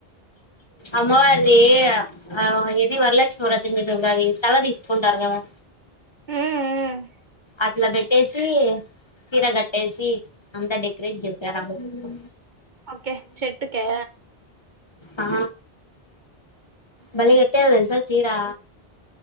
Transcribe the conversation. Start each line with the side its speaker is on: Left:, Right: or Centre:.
Left: అమ్మవారిది ఆ ఏది వరలక్ష్మీ వ్రతం చేసినప్పుడు తల తీసుకుంటారు కదా
Right: ఉహ్ ఉహ్
Left: అట్లా పెట్టేసి చీర కట్టేసి అంతా డెకరేట్ చేసారు ఆ చెట్టుకు
Right: ఓకే చెట్టుకా
Left: ఆ బలేకట్టార్ తెలుసా చీరా